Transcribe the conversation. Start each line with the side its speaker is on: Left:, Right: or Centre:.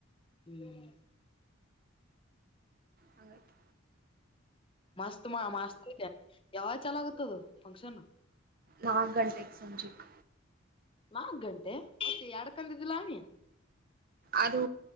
Left: ಹ್ಮ್
Right: ಹಂಗಾಯ್ತ.
Left: ಮಸ್ತ್ ಮಾ ಮಸ್ತ್ ಐತ್ಯ ಯಾವಾಗ ಚಾಲೂ ಆಗುತ್ತ ಅದು ಫಂಕ್ಷನ್.
Right: ನಾಲ್ಕು ಗಂಟೆಕ ಸಂಜಿಕ್
Left: ನಾಲ್ಕ್ ಗಂಟೆ ಮತ್ತ ಎರಡ್ ಅಂದಿದಿಲ್ಲ ನೀ
Right: ಅದು